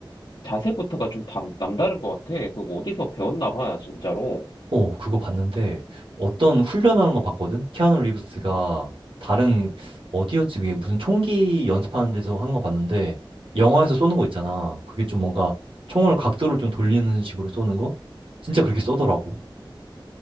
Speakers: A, on the left; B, on the right.
A: 자세부터가 좀 남, 남다른 것 같아. 그거 어디서 배웠나 봐, 진짜로.
B: 어, 그거 봤는데 어떤 훈련하는 거 봤거든? 키아누 리브스가 다른 어디였지? 그게 무슨 총기 연습하는 데서 하는 거 봤는데 영화에서 쏘는 거 있잖아. 그게 좀 뭔가 총을 각도를 좀 돌리는 식으로 쏘는 거? 진짜 그렇게 쏘더라고.